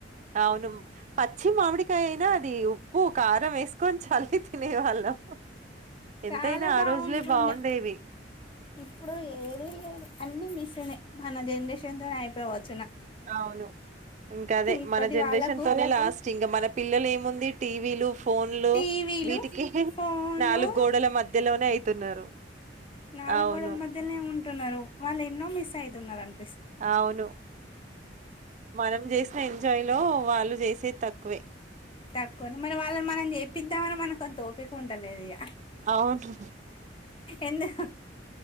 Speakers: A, on the right (about 40°); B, on the left (about 30°).
A: అవును పచ్చి మామిడికాయ అయిన అది ఉప్పు కారం వేస్ కోన్చ్ హఫి తినేవాళ్ళం ఎంతయిన
B: చాలా
A: ఆ
B: బాగుంటుండే
A: రోజులే బాగుండేవి
B: ఇప్పుడు ఏవి లేవు అన్ని మిస్ అయినాయి మన జనరేషన్ తోనే అయిపోవచ్
A: అవును ఇంక అదే
B: ఇప్పటి
A: మన జనరేషన్
B: వాళ్ళకు
A: తోనే లాస్ట్ ఇంగ మన పిల్లలు ఏముంది టీవీలు ఫోన్లు
B: టీవీలు
A: వీటికి
B: ఫోన్లు
A: నాలుగు గోడల మధ్యలోనే అయితున్నారు
B: నాలుగుగోడల
A: అవును
B: మధ్యనే ఉంటునరు వాళ్ళు ఎన్నో మిస్ అయితున్నారంట
A: అవును మనం జేసిన ఎంజాయ్ లో వాలు చేసేది తక్కువే
B: తక్కువ మరి వాళ్ళును మనం చేపిద్దామని మనకు అంత ఒపి ఉంట్టలేదిక
A: అవును
B: ఎందుక్